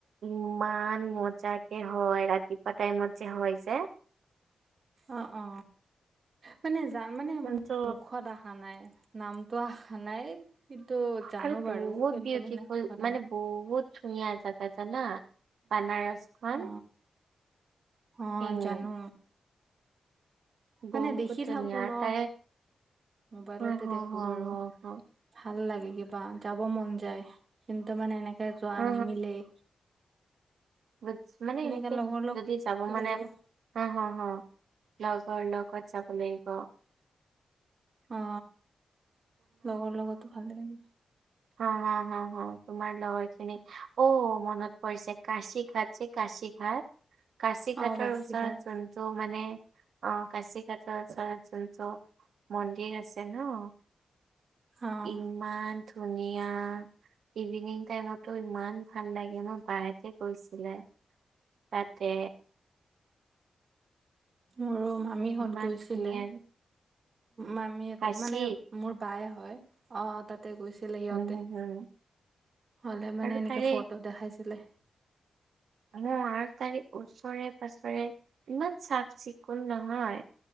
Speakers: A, on the right; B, on the right.
A: ইমান মজা। তাকে হয়, ৰাতিপুৱা টাইমত যে হয় যে।
B: অ, অ, মানে জান মানে
A: কিন্তু
B: মুখত অহা নাই নামটো অহা নাই। ইটো জানো
A: আৰু
B: বাৰো
A: বহুত
B: কিন্তু
A: বিউটিফুল
B: মানে সাবধানে।
A: মানে বহুত ধুনীয়া জাগা জানা। বানাৰসখন
B: অ', অ',
A: উম।
B: জানো মানে
A: বহুত
B: দেখি
A: ধুনীয়া
B: থাকো ন
A: তাৰে
B: মোবাইলতে
A: হ হ
B: দেখো
A: হ
B: বাৰু
A: হ।
B: ভাল লাগে কিবা যাব মন যায়। কিন্তু মানে এনেকে যোৱা
A: হ
B: নিমিলেই।
A: বুটচ মানে
B: এনেকে
A: সেনেকে
B: লগৰ লগ
A: যদি যাব মানে।
B: লাগিব
A: হ হ হ লগৰ লগ লগত যাব লাগিব।
B: অ লগৰ লগতো ভালে।
A: হ হ হ হহ তোমাৰ লগৰ খিনিত অ মনত পৰিছে কাশি ঘাশিক। কাশি ঘাট কাশি ঘাটৰ
B: অ', গাছি
A: ওচৰত
B: ঘাট
A: জোন। ত মানে অ কাশি ঘাতটো উচৰত জোনটো মন্দিৰ আছে। তাত 'ন'
B: অ',
A: ইমান ধুনীয়া। ইভিনিং টাইমতো ইমান ভাল লাগে 'ন' বাই সেতে গৈছিলে। তাতে
B: মোৰো মামীহঁত
A: ইমান
B: গৈছিলে
A: ধুনীয়া
B: মামীটো
A: কাশীত
B: মানে। মোৰ বায়ে হয়। অ তাত। তে গৈছিলে সিহঁতে
A: উম হম হম
B: হলে মানে
A: আৰু
B: এনেকে
A: তাৰে
B: ফটো দেখাইছিলে।
A: মান আঠ তাৰিখ ওচৰে পাঁজৰে ইমান চাফ চিকুণ নহয়।